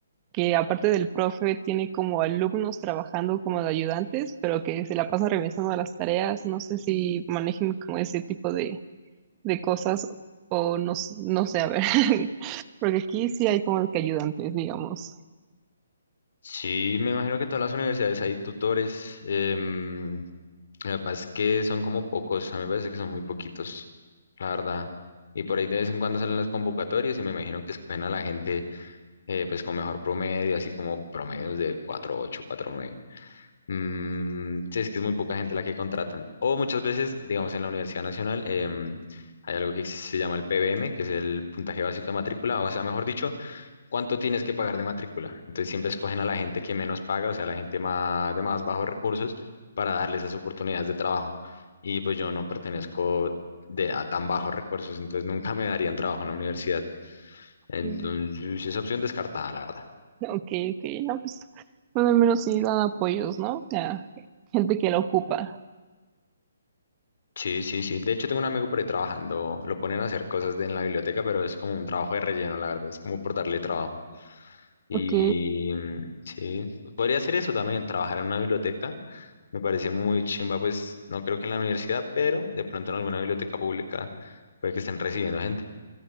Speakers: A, on the right; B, on the left.
A: que aparte del profe tiene como alumnos trabajando como de ayudantes, pero que se la pasan revisando las tareas, no sé si manejen como ese tipo de, de cosas o no, s- no sé, a ver, <laughs> porque aquí sí hay como que ayudantes, digamos.
B: Sí, me imagino que en todas las universidades hay tutores. em, lo que pasa es que son como pocos, a mí me parece que son muy poquitos, la verdad. Y por ahí de vez en cuando salen las convocatorias y me imagino que escogen a la gente eh, pues con mejor promedio, así como promedios de 4.8, 4.9. Mm, sí, es que es muy poca gente la que contratan. O muchas veces, digamos, en la Universidad Nacional em, hay algo que se llama el PBM, que es el puntaje básico de matrícula, o sea, mejor dicho cuánto tienes que pagar de matrícula. Entonces siempre escogen a la gente que menos paga, o sea, a la gente más, de más bajos recursos, para darles esas oportunidades de trabajo. Y pues yo no pertenezco de, a tan bajos recursos, entonces nunca me darían trabajo en la universidad. Entonces
A: Mm.
B: esa opción descartada, la verdad.
A: Ok, ok, no, pues, bueno, al menos sí dan apoyos, ¿no? Ya, gente que la ocupa.
B: Sí, sí, sí. De hecho, tengo un amigo por ahí trabajando, lo ponen a hacer cosas de- en la biblioteca, pero es como un trabajo de relleno, la verdad, es como por darle trabajo. Y
A: Ok,
B: mm, sí, podría hacer eso también, trabajar en una biblioteca. Me parece muy chimba, pues no creo que en la universidad, pero de pronto en alguna biblioteca pública puede que estén recibiendo gente.